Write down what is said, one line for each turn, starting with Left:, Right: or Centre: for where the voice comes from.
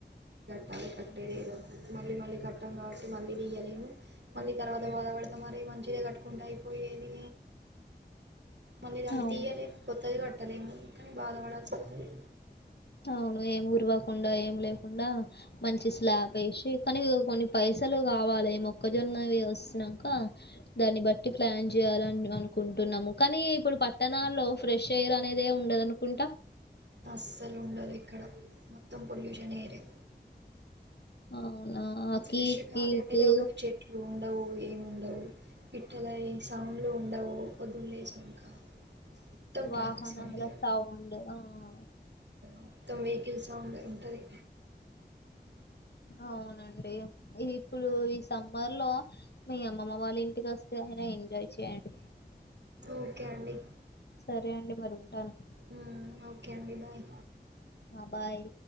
Right: మారే కట్టేదేదో మళ్ళీ మళ్ళీ కట్టం కాబట్టి మళ్ళీ దియలేము మళ్ళీ తర్వాత బాధపడతాం మరేమో మంచిదే కట్టుకుంటే అయిపోయేది మళ్ళీ దాన్ని
Left: అవును
Right: తీయాలేక కొత్తది కట్టలేమో కానీ బాధపడాల్సి వస్తది
Left: అవును ఏం గురువకుండా ఏం లేకుండా మంచి స్లాబ్ వేసి కానీ ఇ కొన్ని పైసలు కావాలి ఈ మొక్కజొన్నవి వసునక దాన్ని బట్టి ప్లాన్ చేయాలని అనుకుంటున్నాము కానీ ఇప్పుడు పట్టణాల్లో ఫ్రెష్ ఎయిర్ అనేది దే ఉండదనుకుంటా
Right: అస్సలు ఉండదు ఇక్కడ మొత్తం పొల్యూషన్ ఏరియా
Left: అవునా
Right: ఫ్రెష్
Left: కికి
Right: గాలి అనేది
Left: కు
Right: ఉండదు చెట్లు ఉండవు ఏముండవు పిట్టలయి సౌండ్లు ఉండవు లేచినంక మొత్తం
Left: వాహనాల
Right: ట్రాఫిక్ సౌండ్డే
Left: సౌండ్ ఆ
Right: మొత్తం వెహికల్స్ సౌండ్ ఉంటుంది
Left: అవునండి ఇప్పుడు ఈ సమ్మర్ లో మీ అమ్మమ్మ వాళ్ళ ఇంటికి వస్తే మీరు ఎంజాయ్ చేయ్యడి
Right: ఓకే అండి
Left: సరే అండి మరి ఉంటాను
Right: మ్మ్ ఓకే అండి బాయ్
Left: ఆ బాయ్